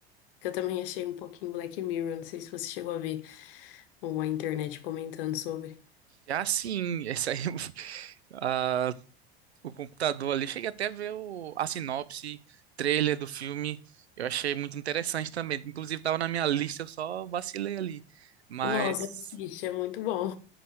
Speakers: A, on the left; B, on the right.
A: que eu também achei um pouquinho Black Mirror, não sei se você chegou a ver ou a internet comentando sobre.
B: Já sim, essa aí, <laughs> ah, o computador ali. Cheguei até a ver o, a sinopse, trailer do filme. Eu achei muito interessante também. Inclusive, estava na minha lista, eu só vacilei ali. Mas.
A: Nossa, assiste, é muito bom.